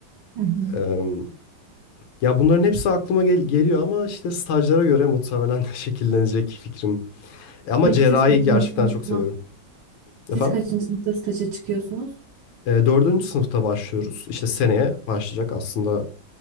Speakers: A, on the right; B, on the left.
A: Hı hı.
B: E, ya bunların hepsi aklıma gel- geliyor ama işte stajlara göre muhtemelen <laughs> şekillenecek fikrim. E, ama
A: Peki
B: cerrahi
A: siz kaçıncı
B: gerçekten
A: sınıfta,
B: çok seviyorum.
A: siz
B: Efendim?
A: kaçıncı sınıfta staja çıkıyorsunuz?
B: E, dördüncü sınıfta başlıyoruz. İşte seneye başlayacak aslında